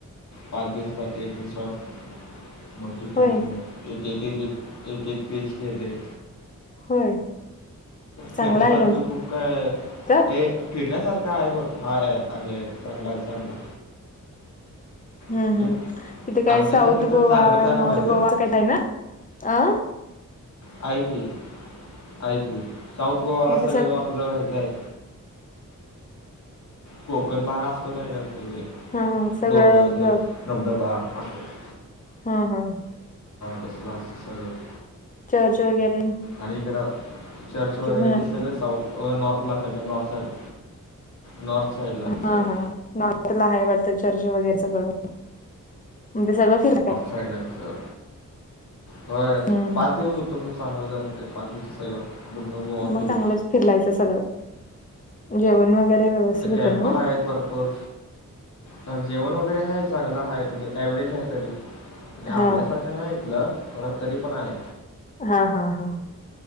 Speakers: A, on the left; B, on the left.
A: पाच बस साठीे एक रिसॉर्ट मग तिथून,
B: होय
A: एक एक एक एक एक पेज केले.
B: होय. चांगला
A: फिरण्या सारखे
B: आहे ना
A: कुक काय
B: तिथ
A: <inaudible> फिरण्यासारखा आहे भरपूर, हा आहे चांगला आहे चांगला
B: ह्
A: म्हणजे
B: ह् तिथे काय
A: आमच्यासाठी
B: साऊथ
A: तर
B: गोवा,
A: चांगलंच आहे
B: नॉर्थ
A: म्हणायचं
B: गोवा काय आहे ना अ
A: हाय की, हाय की, साऊथ गोवाला
B: मग ते
A: सगळं आपलं ह्याच आहेत. कोकण भाग असतो नाही तर त
B: हा हा सगळं
A: डोंगर तीन
B: ग-
A: धबधबा असत.
B: हा हा
A: तसं लास् स <inaudible>
B: चर्च वगैरे
A: आणि इकड चर्च वगैरे
B: जे म्हणा-
A: ते सगळ साऊथ नॉर्थ <inaudible> नॉर्थ साईडला
B: हा
A: सगळं
B: हा नॉर्थला आहे वाटतं, चर्च वगैरे सगळं म्हणजे <inaudible>
A: साईड ला आहे तिथ, होय
B: हम्म
A: पाच
B: हम्म
A: दिवस होतो मग चांगलंंत ते पाच दिवस सगळं पूर्ण गोवा
B: मग
A: फिरून
B: चांगलंच फिरलायचं सगळं, जेवण वगैरे व्यवस्थित होतं
A: टेम्पल
B: ना मग
A: आहेत भरपूर ह जेवण वगैरे आहे चांगलं आहे, म्हणजे एव्हरेज आहे तरी
B: हा
A: आपल्यासारखं नाही तिथ, परत तरी पण आहे.
B: हा हां हां